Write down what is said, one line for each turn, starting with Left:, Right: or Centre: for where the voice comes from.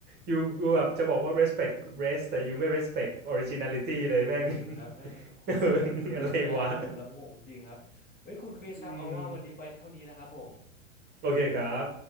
Right: you you แบบจะบอกว่า respect rest แต่ you ไม่ respect originality เลยแม่ง
Left: จริงจริงครับแม่งโคตรเซ็งอะดูไม่ได้เลยดูแล้วงงจริงครับเฮ้ยคุณคริสครับเอาว่าวันนี้ไปเท่านี้นะครับผม
Right: <laughs> อะไรวะอืมโอเคครับ